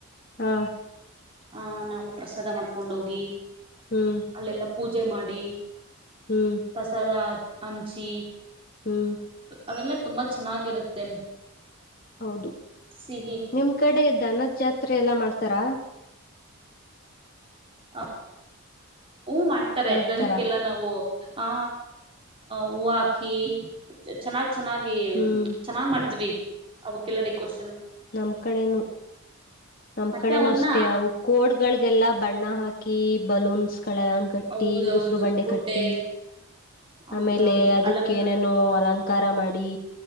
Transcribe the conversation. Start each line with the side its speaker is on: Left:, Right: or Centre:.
Left: ಹಾ
Right: ಹ ನ ನಾವು ಪ್ರಸಾದ ಮಾಡ್ಕೊಂಡೋಗಿ
Left: ಹ್ಮ್
Right: ಅಲ್ಲೆಲ್ಲ ಪೂಜೆ ಪೂಜೆ ಮಾಡಿ
Left: ಹ್ಮ್
Right: ಪ್ರಸಾದ ಅಂಚಿ
Left: ಹ್ಮ್
Right: ಅವೆಲ್ಲ ತುಂಬಾ ಚೆನ್ನಾಗಿರುತ್ತೆ
Left: ಹೌದು
Right: ಸಿಹಿ
Left: ನಿಮ್ ಕಡೆ ಧನುದ್ ಜಾತ್ರೆ ಎಲ್ಲ ಮಾಡ್ತಾರಾ
Right: ಹ ಹೂ ಮಾಡ್ತಾರೆ
Left: ಮಾಡ್ತಾರಾ
Right: ದನಕ್ಕೆಲ್ಲ ನಾವು ಹ ಹೂವ ಹಾಕಿ ಚೆನ್ನಾಗ್ ಚೆನ್ನಾಗಿ
Left: ಹ್ಮ್
Right: ಚೆನ್ನಾಗ್ ಮಾಡ್ತೀವಿ ಅವುಕ್ಕೆಲ್ಲ ಡೆಕೋರ್
Left: ನಮ್ ಕಡೆನು ನಮ್
Right: ಮತ್ತೆ
Left: ಕಡೆನು
Right: ಅವನ್ನ
Left: ಅಷ್ಟೇ ಅವು ಕೋಡ್ಗಳಗೆಲ್ಲಾ ಬಣ್ಣ ಹಾಕಿ ಕೀ ಬಲೂನ್ಸ್ ಕಳಲಂಗ್ ಕಟ್ಟಿ
Right: ಹೌದೌದು
Left: ಉಸ್ರು ಬಂಡೆ
Right: ಬುಡ್ಡೆ
Left: ಕಟ್ಟಿ
Right: ಹೌದೌದು
Left: ಆಮೇಲೆ ಅದಕ್ಕೇನೇನೋ
Right: ಅಲಂಕಾರ
Left: ಅಲಂಕಾರ ಮಾಡಿ